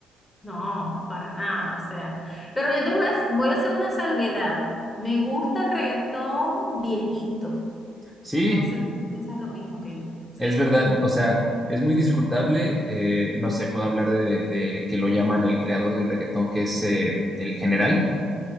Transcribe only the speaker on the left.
No, para nada, o sea. Pero yo te voy a, voy a hacer una salvedad. Me gusta el reggaetón viejito.
No sé si piensas lo mismo que yo. Sí.